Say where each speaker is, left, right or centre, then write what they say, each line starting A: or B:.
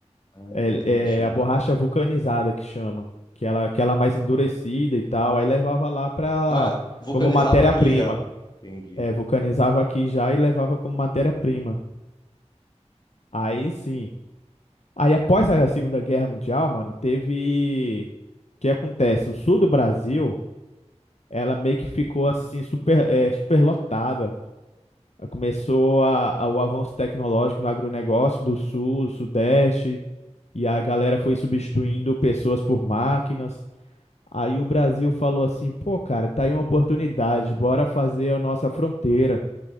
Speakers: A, on the left (about 35°); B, on the left (about 70°).
A: Ah,
B: É,
A: entendi,
B: é a borracha
A: cara.
B: vulcanizada que chama, que ela, que ela é mais endurecida e tal, aí levava lá para
A: Ah, vulcanizava
B: como matéria-prima.
A: aqui já. Entendi.
B: É, vulcanizava aqui já e levava como matéria-prima. Aí sim. Aí após a Segunda Guerra Mundial, mano, teve o que acontece? O sul do Brasil, ela meio que ficou assim super é, superlotada. Começou a, a- o avanço tecnológico no agronegócio do sul, do sudeste, e a galera foi substituindo pessoas por máquinas. Aí o Brasil falou assim: pô, cara, tá aí uma oportunidade, bora fazer a nossa fronteira.